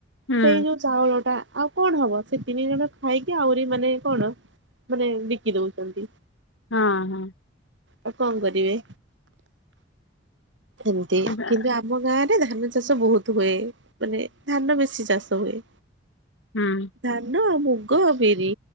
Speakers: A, on the left; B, on the right.
A: ହୁଁ
B: ସେଇ ଯୋଉ ଚାଉଳ ଟା ଆ କଣ ହବ ସେ ତିନି ଜଣ ଖାଇକି ଆହୁରି ମାନେ କଣ ମାନେ ବିକି ଦଉଛନ୍ତି।
A: ହଁ ହଁ
B: ଆଉ କଣ କରିବେ ଏମୀତି
A: ଆଚ୍ଛା
B: କିନ୍ତୁ ଆ ଆମ ଗାଁ ରେ ଧାନ ଚାଷ ବହୁତ ହୁଏ ମାନେ ଧାନ ବେଶୀ ଚାଷ ହୁଏ।
A: ହୁଁ
B: ଧାନ ଆଉ ମୁଗ ବିରି